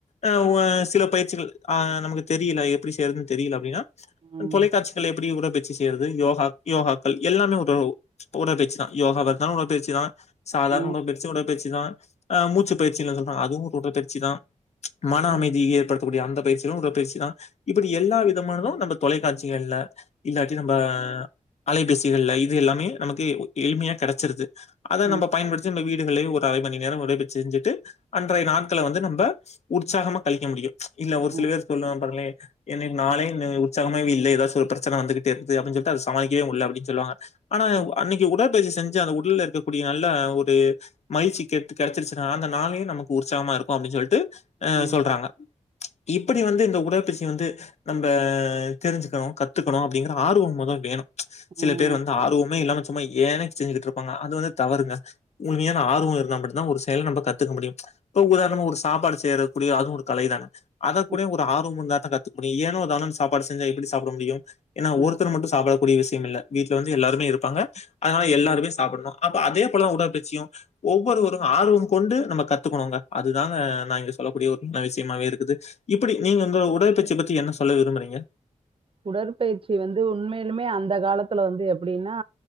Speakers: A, on the left (about 60°); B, on the right (about 45°).
A: ஆஹ் ஒ சில பயிற்சிகள் ஆஹ் நமக்கு தெரியல எப்புடி செய்யறதுன்னு தெரியல அப்டின்னா
B: ம்
A: தொலைக்காட்சி மக்கள் எப்டி உடல் பயிற்சி செய்ரது யோகா யோகாக்கள் எல்லாமே உதவு உடற்பயிற்சி தா யோகவா இருந்தாலு உடற்பயிற்சி தா சாதாரண
B: ம்
A: உடல்பயிற்சியு உடல்பயிற்சிதா ஆ மூச்சிபயிற்சினு சொல்றாங்க அதுவு ஒரு உடற்பயிற்சி தா மன
B: ம்
A: அமைதிய ஏற்படுத்தக்கூடிய அந்த பயிற்சியு உடற் பயிற்சி தா இப்டி எல்லா விதமானதோ நம்ம தொலைக்காட்சிகள்ள இல்லாட்டி நம்ப அலைபேசிகள்ல இது எல்லாமே நமக்கு எளிமையா கெடச்சிருது அத
B: ம்
A: நம்ப பயன்படுத்தி நம்ம வீடுகள்லே ஒ அரை மணி நேரோ உடற்பயிற்சி செஞ்சுட்டு அன்றைய நாட்கள வந்து நம்ம உற்சாகமா கழிக்க முடியு இல்ல ஒரு
B: ம்
A: சில பேரு சொல்லுவா பாருங்லே என்னைக்கு நாளே இன்னு உற்சாகமவே இல்ல ஏதாச்சும ஒரு பிரச்சனை வந்துகிட் து அப்டின்னு சொல்லிட்டு சமாளிக்கவே உள்ள அப்டின் சொல்லுவாங்க ஆனா
B: ம்
A: அன்னிக்கு உடற்பயிற்சி செஞ்சு அந்த உடல்ல இருக்கக்கூடிய நல்ல ஒரு மயிழ்சி கடச்சிருச்சினா அந்த நாளே நமக்கு உற்சாகமா இருக்கு அப்டி சொல்ட்டு ஹ
B: ம்
A: சொல்றாங்க இப்டி வந்து இந்த உடற்பயிற்சி வந்து நம்ம தெரிஞ்சுக்கணு கத்துக்கணு அப்டிங்கற ஆர்வோ மொதோ வேணு சில
B: ம்.
A: பேர் வந்து ஆர்வமே இல்லாம சும்மா ஏன்னே செஞ்சுக்கிட்டு இருப்பாங்க அது வந்து தவறுங்க உண்மயான ஆர்வோ இருந்தா மட்டுந்தா ஒரு செயல நம்ப கத்துக்க முடியு இப்போ உதாரணமா ஒரு சாப்பாடு செய்யறக்கூடிய அதுவு ஒரு கலைதானே அத
B: ம்.
A: கூட ஒரு ஆர்வோ இருந்தா தா கத்துக்க முடியு ஏனோ தானோனு சாப்பாடு செஞ்சா எப்டி சாப்ட முடியு ஏனா
B: ஆ.
A: ஒருத்தர் மட்டு சாப்ல கூடிய விஷயம் இல்ல வீட்டுல வந்து எல்லாருமே இருப்பாங்க அதனால எல்லாருமே சாப்டனு அப்போ அதே போல உடற்பயிற்சியு ஒவ்வொருவரு ஆர்வம் கொண்டு நம்ம கத்துக்கணுங்க அது தாங்க நா இங்க சொல்லக்கூடிய ஒரு விஷ்யமாவே இருக்குது இப்டி நீங்க இந்த உடற்பச்சை பத்தி என்ன சொல்ல விரும்புறீங்க
B: உடற்பயிற்சி வந்து உண்மையிலுமே அந்த காலத்துல வந்து எப்டின்னா